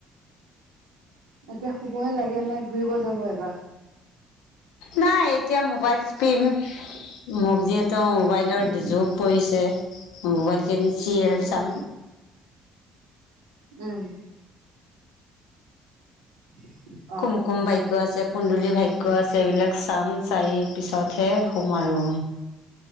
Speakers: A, on the right; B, on the left.
A: এতিয়া শুবহে লাগে নে ঘুৰিব যাব এবাৰ?
B: নাই এতিয়া মোবাইল টিপিম ম যিহেতু মোবাইল <unintelligible>
A: উম
B: যুগ পৰিছে মোবাইল টিপি চিৰিয়েল
A: উম
B: চাম
A: উম'। <unintelligible>
B: কুমকুম ভাগ্য আছে কুন্দুলী ভাগ্য আছে এইবিলাক চাম চাই পিছতহে শুম আৰু